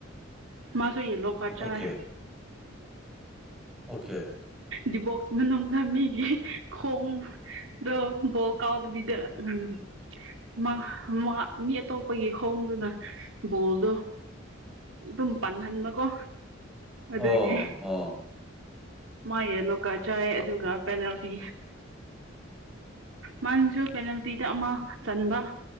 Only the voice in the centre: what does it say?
ꯑꯣꯀꯦ
ꯑꯣꯀꯦ
ꯑꯣ ꯑꯣ